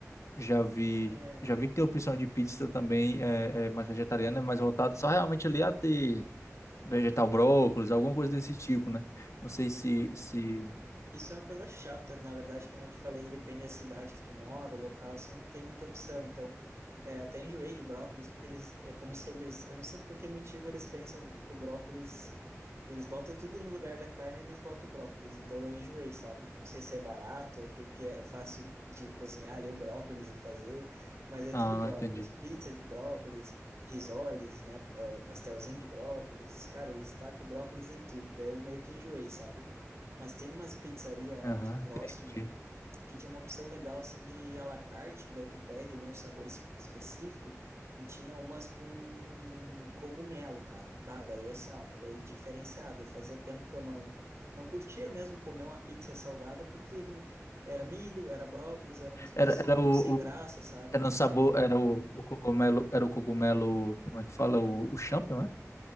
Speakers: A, on the left (about 65°); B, on the right (about 55°).
A: já vi,
B: É,
A: já vi que tem opção de pizza também é, é mais vegetariana, é mais voltada só realmente ali a ter vegetal brócolis, alguma coisa desse tipo, né? Não sei se, se...
B: Isso é uma coisa chata, na verdade, que nem eu te falei, depende da cidade que tu mora, o local, assim, não tem muita opção. Então, é, até enjoei de brócolis, porque eles, é como se eles, eu não sei por que motivo eles pensam que o brócolis, eles botam tudo no lugar da carne, eles botam o brócolis. Então, eu enjoei, sabe? Não sei se é barato, o que, que é fácil de, de cozinhar ali o brócolis e fazer, mas é
A: Ah,
B: tudo brócolis,
A: entendi.
B: pizza de brócolis, risoles, né, é, pastelzinho de brócolis. Cara, eles tacam brócolis em tudo, daí eu meio que enjoei, sabe? mas tem umas pizzaria
A: Aham,
B: aqui próximo
A: entendi.
B: que tinha uma opção legal assim de à la carte, que daí tu pede ali um sabor es- específico e tinha umas com cogumelo, cara. Bah, daí assim, ó, foi diferenciado e fazia tempo que eu não não curtia mesmo comer uma pizza salgada porque era milho, era brócolis, era umas coisas
A: Era,
B: assim
A: era o,
B: meio sem graça,
A: o-
B: sabe?
A: Era um sabor, era o, o cogumelo, era o cogumelo, como é que fala? O, o champignon, é?